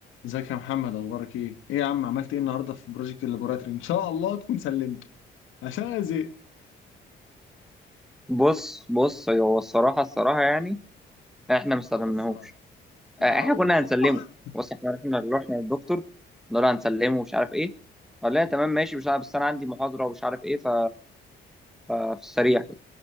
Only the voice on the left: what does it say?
ازيك يا محمد اخبارك ايه؟ ايه يا عم عملت ايه النهارده في بروجكت اللابوراتوري؟ ان شاء الله تكون سلمته عشان انا زهقت
الصراحه
الصراحه يا
<laughs>
الله